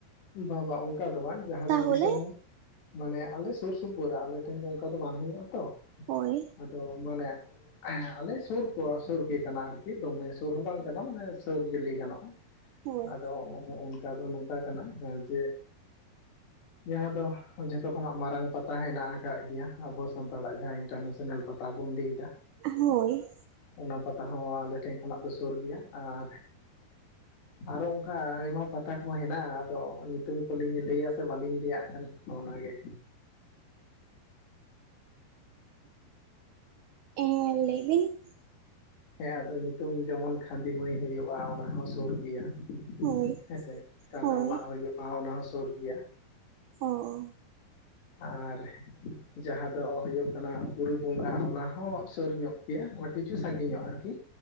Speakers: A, on the left; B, on the right.
A: ᱵᱟᱝ ᱵᱟᱝ ᱚᱝᱠᱟ ᱫᱚ ᱵᱟᱝ ᱡᱟᱦᱟᱸ
B: ᱛᱟᱦᱚᱞᱮ
A: ᱫᱚ ᱫᱤᱥᱚᱢ, ᱢᱟᱱᱮ ᱟᱞᱮ ᱥᱩᱨ ᱥᱩᱯᱩᱨ ᱨᱮ ᱟᱞᱮ ᱴᱷᱮᱱ ᱫᱚ ᱚᱝᱠᱟ ᱫᱚ ᱵᱟᱝ ᱦᱩᱭᱩᱜ-ᱟ ᱛᱚ
B: ᱦᱳᱭ
A: ᱟᱫᱚ ᱢᱟᱱᱮ ᱦᱮ ᱟᱞᱮ ᱥᱳᱨ ᱠᱚ ᱥᱳᱨ ᱜᱮ ᱠᱟᱱᱟ ᱟᱨᱠᱤ ᱫᱚᱢᱮ ᱥᱳᱨ ᱦᱚᱸ ᱵᱟᱝ ᱠᱟᱱᱟ ᱢᱟᱱᱮ ᱥᱤᱨ ᱜᱮ ᱞᱟᱹᱭ ᱜᱟᱱᱚᱜᱼᱟ᱾
B: ᱦᱳᱭ
A: ᱟᱫᱚ ᱚᱱᱠᱟ ᱫᱚ ᱱᱚᱝᱠᱟ ᱠᱟᱱᱟ ᱡᱮ ᱡᱟᱦᱟᱸ ᱫᱚ ᱡᱷᱚᱛᱚ ᱠᱷᱚᱱᱟᱜ ᱢᱟᱨᱟᱝ ᱯᱟᱛᱟ ᱦᱮᱱᱟᱜ ᱟᱠᱟᱜ ᱜᱮᱭᱟ, ᱟᱵᱚ ᱥᱟᱱᱛᱟᱲᱟᱜ ᱡᱟᱦᱟᱸ ᱤᱱᱴᱟᱨᱱᱮᱥᱱᱟᱞ ᱯᱟ -ᱛᱟ ᱵᱚᱱ ᱞᱟᱹᱭᱮᱫᱟ᱾
B: ᱦᱳᱭ᱾
A: ᱚᱱᱟ ᱯᱟᱛᱟ ᱦᱚᱸ ᱟᱞᱮ ᱴᱷᱮᱱ ᱠᱷᱚᱱᱟᱜ ᱫᱚ ᱥᱩᱨ ᱜᱮᱭᱟ ᱟᱨ ᱟᱨᱚ ᱚᱝᱠᱟ ᱟᱭᱢᱟ ᱯᱟᱛᱟ ᱠᱚ ᱦᱮᱱᱟᱜᱼᱟ ᱟᱫᱚ ᱧᱩᱛᱩᱢ ᱠᱚᱞᱤᱧ ᱞᱟᱹᱭᱟ ᱥᱮ ᱵᱟᱹᱞᱤᱧ ᱞᱟᱹᱭᱟᱜ ᱟᱠᱷᱟᱱ ᱚᱱᱟᱜ ᱜᱮ᱾ <inaudible>
B: ᱮᱸᱻ ᱞᱟᱹᱭ ᱵᱤᱱ ᱾
A: ᱦᱮᱸ ᱟᱫᱚ ᱧᱩᱛᱩᱢ ᱡᱮᱢᱚᱱ ᱠᱷᱟᱸᱫᱤ ᱢᱟᱹᱭ ᱦᱩᱭᱩᱜᱼᱟ ᱚᱱᱟ ᱦᱚᱸ ᱥᱩᱨ ᱜᱮᱭᱟ
B: ᱦᱳᱭ
A: ᱦᱮᱸ ᱥᱮ, ᱠᱟᱰᱟ
B: ᱦᱳᱭ
A: ᱢᱟᱜ ᱦᱳᱭᱳᱜᱼᱟ ᱚᱱᱟ ᱦᱚᱸ ᱥᱩᱨ ᱜᱮᱭᱟ᱾
B: ᱚᱻᱚ,
A: ᱟᱨ, ᱡᱟᱦᱟᱸ ᱫᱚ ᱦᱳᱭᱳᱜ ᱠᱟᱱᱟ ᱵᱩᱨᱩ ᱵᱚᱸᱜᱟ ᱚᱱᱟ ᱦᱚᱸ ᱥᱩᱨ ᱧᱚᱜ ᱜᱮᱭᱟ ᱠᱤᱪᱷᱩ ᱥᱟᱺᱜᱤᱧ ᱧᱚᱜ ᱟᱨᱠᱤ,